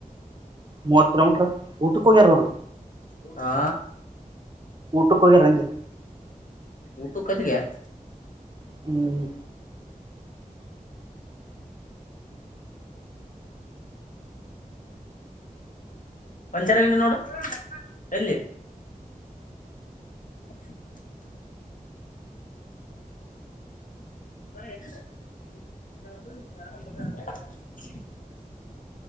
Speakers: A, on the right; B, on the left.
A: ಮೂವತ್ತು ಕಿಲೋಮೀಟರ್, ಊಟಕ್ ಹೋಗ್ಯಾರ ಅವ್ರು
B: ಆ
A: ಟಕ್ ಹೋಗ್ಯಾರಂದ್
B: ಊಟ ಕತಿಗೆ, <inaudible>
A: ಹ್ಮ್
B: ಪಂಚರ ಅಂಗಡಿ ನೋಡು. ಎಲ್ಲಿ, <inaudible> <inaudible>